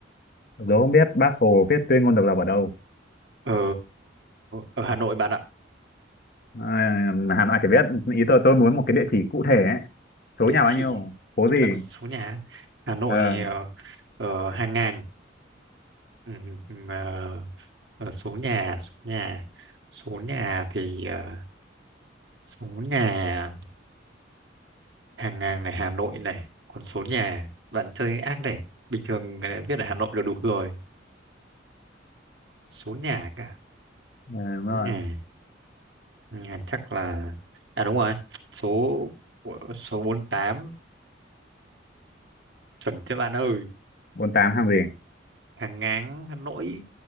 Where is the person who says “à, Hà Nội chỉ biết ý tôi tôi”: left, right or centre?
Left